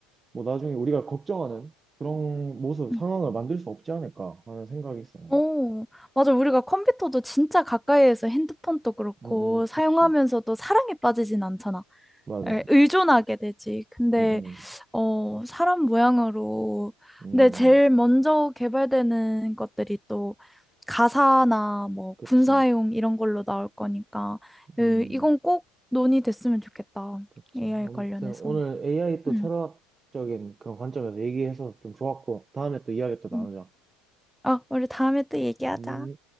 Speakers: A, on the right (about 25°); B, in the centre.
A: 뭐 나중에 우리가 걱정하는 그런 모습,
B: 음.
A: 상황을 만들 수 없지 않을까 하는 생각이 있어.
B: 오, 맞아. 우리가 컴퓨터도 진짜 가까이에서 핸드폰도 그렇고
A: 응, 응,
B: 사용하면서도
A: 그치.
B: 사랑에 빠지진 않잖아.
A: 맞아.
B: 에, 의존하게 되지. 근데,
A: 응, 응.
B: 어, 사람 모양으로.
A: 음,
B: 근데 제일 먼저 개발되는 것들이 또 가사나 뭐
A: 그치.
B: 군사용 이런 걸로 나올 거니까, 으,
A: 음,
B: 이건 꼭 논의됐으면 좋겠다.
A: 그치.
B: AI
A: 아무튼
B: 관련해서.
A: 오늘 AI 또
B: 응.
A: 철학적인 그런 관점에서 얘기해서 좀 좋았고, 다음에 또 이야기 또 나누자.
B: 응. 어, 우리 다음에 또 얘기하자.
A: 음.